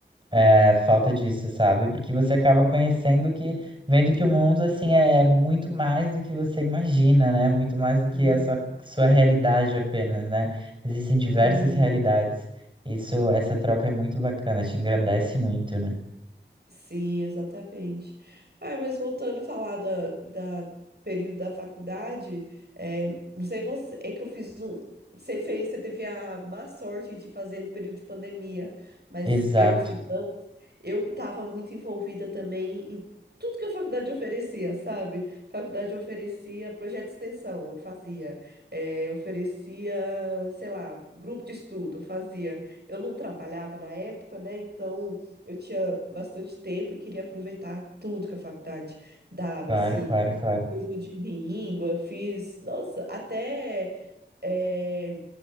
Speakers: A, on the right; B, on the right.
A: é, falta disso, sabe? Porque você acaba conhecendo que, vendo que o mundo assim é muito mais do que você imagina, né? Muito mais do
B: sim,
A: que a sua, sua realidade apenas, né? Existem diversas
B: sim.
A: realidades. Isso, essa troca é muito bacana, te engrandece muito, né?
B: Sim, exatamente. Ah, mas voltando a falar da, da período da faculdade, é, não sei você, é que eu fiz um. Você fez, você teve a má sorte de fazer no período de pandemia, mas
A: Exato.
B: eu que fiz eu estava muito envolvida também em tudo que a faculdade oferecia, sabe? A faculdade oferecia projeto de extensão, eu fazia. Eh, oferecia, sei lá, grupo de estudo, eu fazia. Eu não trabalhava na época, né? Então eu tinha bastante tempo e queria aproveitar tudo que a faculdade dava,
A: Claro,
B: assim.
A: claro, claro.
B: Curso de língua, fiz, nossa, até. eh,